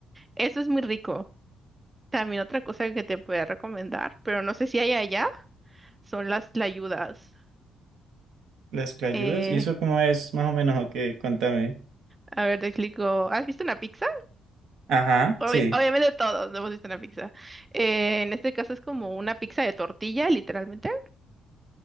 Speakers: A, on the right; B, on the right.
A: Eso es muy rico. También otra cosa que te puedo recomendar, pero no sé si hay allá, son las tlayudas.
B: Las clayudas,
A: Eh,
B: ¿y eso cómo es más o menos o qué? Contame.
A: a ver, te explico. ¿Has visto una pizza?
B: Ajá,
A: Obvi-
B: sí.
A: obviamente todos hemos visto una pizza. Eh, en este caso es como una pizza de tortilla, literalmente